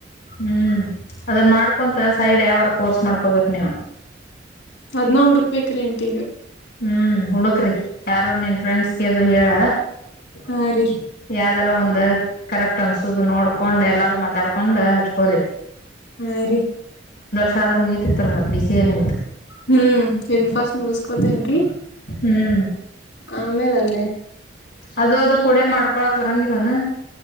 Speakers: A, on the left; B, on the left.
A: ಹ್ಮ್ ಅದನ್ ಮಾಡ್ಕೊಂತ ಸ್ ಸೈಡ್ ಯಾವಾರ ಕೋರ್ಸ್ ಮಾಡ್ಕೋಬೇಕು ನೀವು
B: ಅದ್ನ ಹುಡುಕ್ಬೇಕ್ರಿ ಅಂಟಿ ಈಗ
A: ಹ್ಮ್ ಹುಡುಕ್ರಿ ಯಾರು ನಿನ್ ಫ್ರೆಂಡ್ಸ್ ಇದು ಹೇಳ
B: ಹಾ ರೀ
A: ಯಾರ್ ರ ಒಂದ ಕರೆಕ್ಟ್ ಅನ್ಸುದು ನೋಡ್ಕೊಂಡ್ ಎಲ್ಲಾರೂ ಮಾತಾಡ್ಕೊಂಡ ಹಚ್ಕೋರಿ.
B: ಹಾ ರೀ
A: <unintelligible> ಆದ್ರ ಮುಗಿತಿತ್ತರ ಮತ್ ಬಿಸಿ ಏನಿ
B: ಹ್ಮ್ ಇನ್ ಫಸ್ ಮುಗುಸ್ಕೊತೀನ್ರಿ
A: ಹ್ಮ್
B: ಆಮೇಲಲ್ಲೇ
A: ಅದು ಅದು ಕೊಡೆ ಮಾಡ್ಕೊಳಕ್ ಬರಂಗಿಲ್ಲಾನ